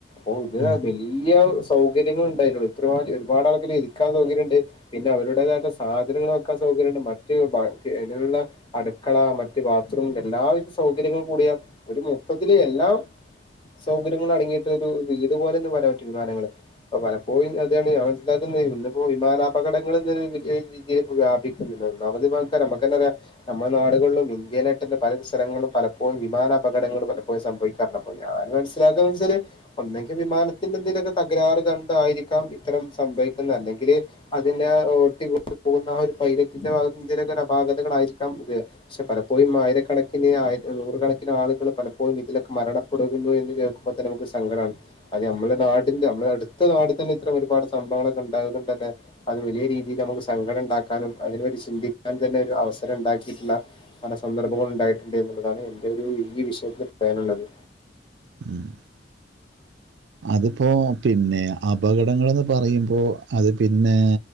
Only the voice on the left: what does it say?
<unintelligible>
ഈയ സൗകര്യങ്ങളുണ്ടായിന്റു ള്ളിൽ ഇത്രമാ ഒരുപാട് ആൾക്കാരിക്കാ സൗകര്യം ഉണ്ട് പിന്നെ അവരുടേതാക്കെ സാധനങ്ങൾ വെക്കാൻ സൗകര്യണ്ട് മറ്റ് ഭാതിനുള്ള അടുക്കള മറ്റ് ബാത്റൂം എല്ലാവിധ സൗകര്യങ്ങൾ കൂടിയ ഒരു മൊത്തത്തില് എല്ലാം സൗകര്യങ്ങൾ അടങ്ങിയിട്ടൊരു വീടു പോലെന്ന്പറയാൻ പറ്റും വിമാനങ്ങള് അപ്പൊ പലപ്പോയും അതെന്നെ ഞാ മനസ്സിലാക്കുന്നെ ഇന്ന്പ്പോ വിമാനാപകടങ്ങളൾ <unintelligible> ഇതിലിപ്പോ വ്യാപിക്കുന്നില്ല ഒന്നാമതാ ൾക്കാര മക്കന്നറിയ നമ്മളാ നാടുകൾ ളും ഇന്ത്യയിലായിട്ട ന്നെ പല സ്ഥലങ്ങളും പലപ്പോഴും വിമാന അപകടങ്ങളും പലപ്പോഴും സംഭവിക്കാറുണ്ടെ പ്പോഴും ഞാൻ മനസ്സിലാക്കുന്ന വെച്ചാല് ഒന്നെങ്കിൽ വിമാനത്തിന്റെ എന്തേലൊ ക്കെ തകരാറ് കണ്ടായിരിക്കാം ഇത്തരം സംഭവിക്കുന്ന അല്ലെങ്കില് അതിന്റെ ഓട്ടി കൊണ്ട്പോകുന്ന ഒരു പൈലറ്റിന്റെ ഭാഗത്തെന്തേലൊക്കെ അപാകതകളായിരിക്കാം ഇത് പക്ഷെ പലപ്പോഴും ആയിരക്കണക്കിന് നൂറുകണക്കിന് ആളുകൾ പലപ്പോഴും ഇതിലൊക്കെ മരണം തുടങ്ങുന്നു എന്ന് കേൾക്കുമ്പ തന്നെ നമുക്ക് സങ്കടാണ് അത് നമ്മള നാടിന്റെ നമ്മുടെ അടുത്ത നാട്തന്നെ ഇത്രം ഒരുപാട് സംഭവങ്ങളൊക്കെ ഉണ്ടായത് കൊണ്ട് തന്നെ അത് വലിയ രീതിയിൽ നമുക്ക് സങ്കട ണ്ടാക്കാനും അതിന പറ്റി ചിന്തിക്കാൻ തന്നെ ഒരു അവസരം ഉണ്ടാക്കിയിട്ടുള്ള പല സന്ദർഭങ്ങളും ഉണ്ടായിട്ടുണ്ട് എന്നുള്ളതാണ് എന്റെരു ഈ വിഷയത്തിൽ പറയാനുള്ളത്